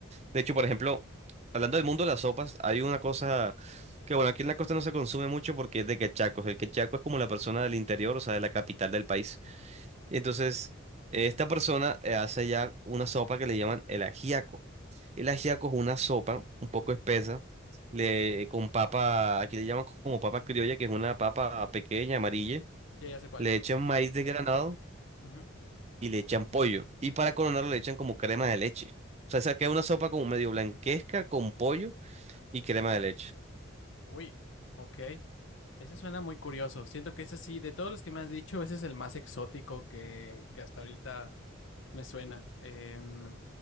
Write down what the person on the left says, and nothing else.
Ya, ya sé cuál.
Sí.
Ujú.
Uy, ok. Ese suena muy curioso. Siento que ese sí, de todos los que me has dicho, ese es el más exótico que, que hasta ahorita me suena. Em,